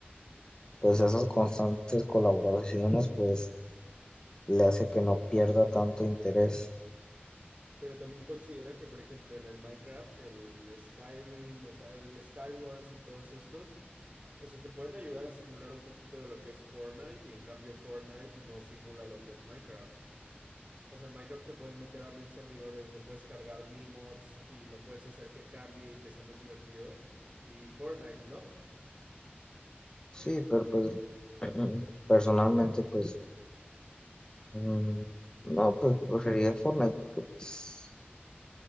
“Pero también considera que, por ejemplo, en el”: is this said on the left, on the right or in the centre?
Right